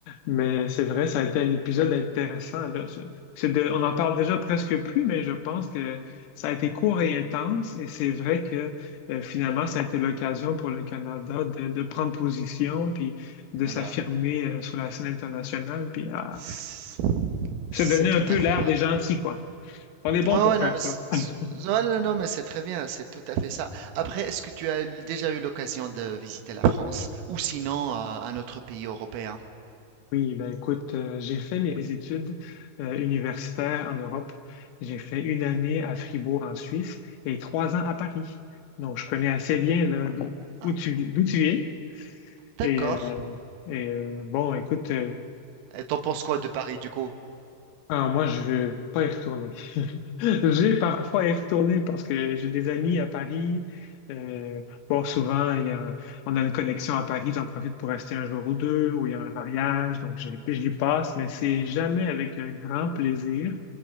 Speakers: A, on the left (about 85°); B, on the right (about 80°).
A: Mais c'est vrai, ça a été un épisode intéressant, là. C'est- c'est de- on en parle déjà presque plus, mais je pense que ça a été court et intense, et c'est vrai que euh, finalement, ça a été l'occasion pour le Canada de, de prendre position, puis de
B: Voilà.
A: s'affirmer euh, sur la scène internationale, puis à
B: C'est
A: se
B: c'est
A: donner
B: tout
A: un peu
B: à fait
A: l'air
B: vrai.
A: des gentils, quoi. On est bon
B: Ouais,
A: pour
B: ouais,
A: faire
B: non, mais
A: ça.
B: c'est- c'est-
A: <laughs>
B: non, non, non, mais c'est très bien, c'est tout à fait ça. Après, est-ce que tu as déjà eu l'occasion de visiter la France ou sinon euh, un autre pays européen?
A: Oui, ben écoute, euh, j'ai fait mes études euh, universitaires en Europe. J'ai fait une année à Fribourg en Suisse et trois ans à Paris. Donc, je connais assez bien là, d'où
B: Ah,
A: d'où tu, d'où tu es.
B: d'accord.
A: Et, euh, et, euh, bon, écoute,
B: Et t'en penses quoi de Paris du coup?
A: ah, moi, je vais pas y retourner. <laughs> J'ai parfois y retourné parce que j'ai des amis à Paris. Euh, bon, souvent, il y a, on a une collection à Paris, j'en profite pour rester un jour ou deux, ou il y a un mariage, donc j'y j'y passe, mais c'est jamais avec un grand plaisir.